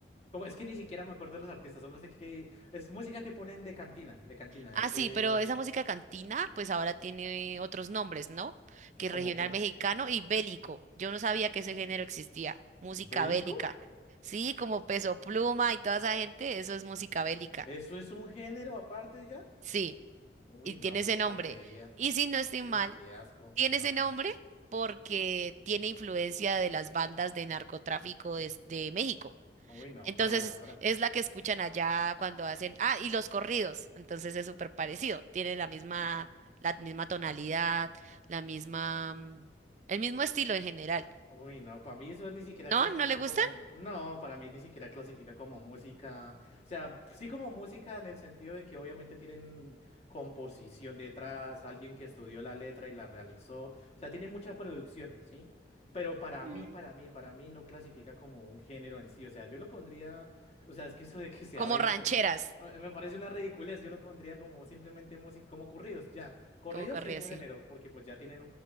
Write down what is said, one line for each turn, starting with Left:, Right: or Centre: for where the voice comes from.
Left: como es que ni siquiera me acuerdo de los artistas, solo sé que es música que ponen de cantina, de cantina,
Right: Ah,
Left: eso
Right: sí,
Left: es
Right: pero esa música cantina, pues ahora tiene otros nombres, ¿no? Que
Left: como
Right: regional
Left: que
Right: mexicano y bélico. Yo no sabía que ese género existía, música
Left: bélico,
Right: bélica. Sí, como Peso Pluma y toda esa gente, eso es música bélica.
Left: eso es un género aparte ya.
Right: Sí,
Left: Uy,
Right: y tiene
Left: no,
Right: ese
Left: qué porquería.
Right: nombre. Y si no estoy
Left: Uy,
Right: mal,
Left: qué asco.
Right: tiene
Left: No.
Right: ese nombre porque tiene influencia de las bandas de narcotráfico des- de, México.
Left: Uy, no,
Right: Entonces
Left: paila
Right: es
Left: para
Right: es la que escuchan allá cuando hacen, ah, y los corridos. Entonces es súper parecido. Tiene la misma, la misma tonalidad, la misma, mm, el mismo estilo en general.
Left: Uy, no, para mí eso ni siquiera
Right: ¿No?
Left: clasifica
Right: ¿No le gustan?
Left: como, no, para mí ni siquiera clasifica como música, o sea, sí como música en el sentido de que obviamente tienen composición detrás, alguien que estudió la letra y la realizó, o sea, tiene mucha producción, ¿sí? Pero para
Right: Mm.
Left: mí, para mí, para mí no clasifica como un género en sí, o sea, yo lo pondría, o sea, es que eso de que sea
Right: Como
Left: bélico
Right: rancheras,
Left: me, me- me parece una ridiculez, yo lo pondría como simplemente música, como corridos, ya, corridos
Right: como corrido
Left: sí es un
Right: así.
Left: género, porque pues ya tienen